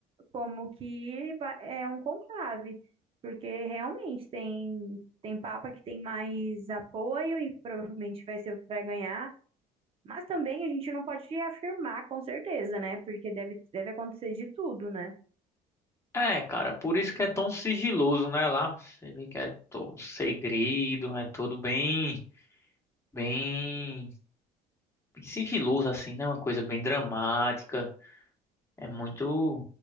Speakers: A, on the right (about 40°); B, on the left (about 20°).
A: como que va- é um conclave, porque realmente tem, tem papa que tem mais apoio e provavelmente vai ser o que vai ganhar, mas também a gente não pode afirmar com certeza, né? Porque deve, deve acontecer de tudo, né?
B: É, cara, por isso que é tão sigiloso, né? Lá você vê que é todo segredo, é tudo bem, bem, bem sigiloso, assim, né? Uma coisa bem dramática. É muito,